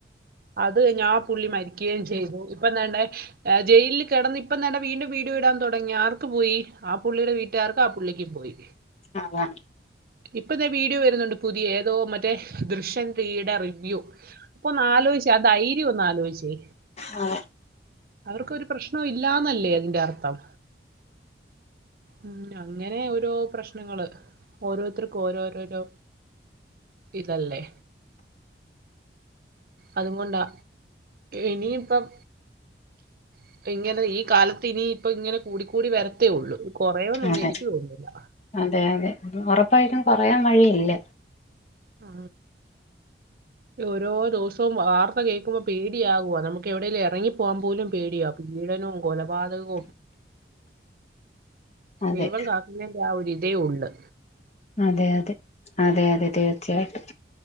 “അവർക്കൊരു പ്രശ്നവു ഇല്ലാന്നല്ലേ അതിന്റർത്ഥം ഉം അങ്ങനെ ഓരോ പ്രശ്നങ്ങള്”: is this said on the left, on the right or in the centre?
Right